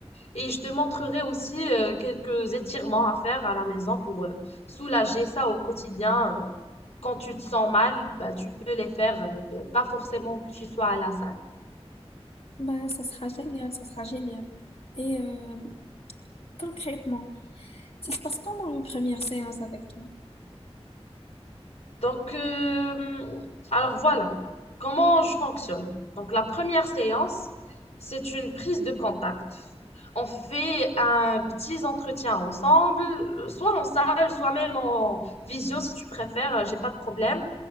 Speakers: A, on the left; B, on the left.
A: Et je te montrerai aussi euh, quelques étirements à faire à la maison pour euh, soulager ça au quotidien. Euh, Quand tu te sens mal, bah, tu peux les faire, euh, pas forcément que tu sois à la salle.
B: Ben, ça sera génial, ça sera génial. Et euh, concrètement, Ça se passe comment une première séance avec toi?
A: Donc, euh, alors voilà, comment je fonctionne. Donc, la première séance, c'est une prise de contact. On fait un petit entretien ensemble, soit en salle, soit même en visio si tu préfères, euh, j'ai pas de problème.